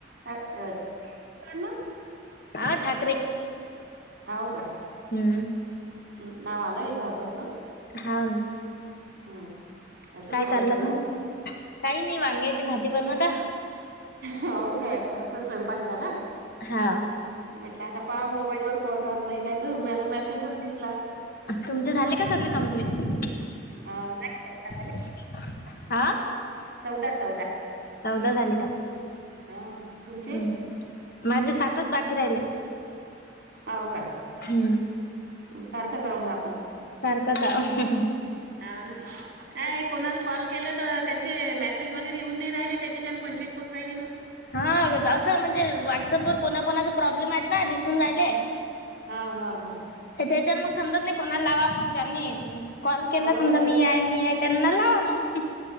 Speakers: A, on the right; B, on the left.
A: काय, कायना?
B: हा ठाकरे.
A: आहो का?
B: हम्म.
A: हम् नाव आलं याच्यावर तस.
B: हाव ना
A: हम्म. अजून
B: काय चाललं
A: सुरू
B: मग?
A: आहे?
B: काही नाही वांग्याची भाजी बनवता.
A: हो का? आमचा स्वयंपाक झाला.
B: हा
A: म्हटलं आता पहा मोबाईल वर कोण ऑनलाईन आहे? तुमल मेसेजच दिसला.
B: तुमचे झाले का सगळे कम्प्लीट
A: ह नाही काय झालेले?
B: ह. हा?
A: चौदा, चौदा
B: चौदा झाले का
A: हा. तुमचे?
B: हम्म, माझे सातच बाकी राहिले.
A: हाव का?
B: हम्म.
A: सारखंचाव मग आपण.
B: सारकच हाव.
A: हाव ना? काय कोणाला कॉल केलं तर त्यांचे मेसेज वगैरे येऊन नाही राहिले त्याच्या च्यान पंचायत पडून राहिली ना?
B: हा असं म्हणजे, व्हाट्सअपवर कोणा- कोणाचा प्रॉब्लेम आहेत ना, दिसून राहिले.
A: हा, हा, हा.
B: त्याच्या याच्यात मग समजत नाही, कोणाला लावा. मग ज्यांनी कॉल केला,
A: बरोबर
B: समजा मी
A: ना
B: आहे, मी आहे. त्यानला लावा मग. हं.